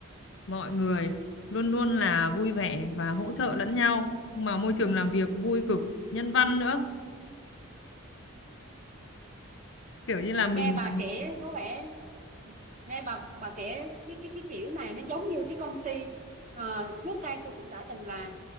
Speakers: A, on the left; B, on the right.
A: Mọi người luôn luôn là vui vẻ và hỗ trợ lẫn nhau mà môi trường làm việc vui cực, nhân văn nữa, kiểu như là mình
B: nghe bà kể có vẻ nghe bà bà kể cái cái cái kiểu này nó giống như cái công ty ờ, trước đây tôi cũng đã từng làm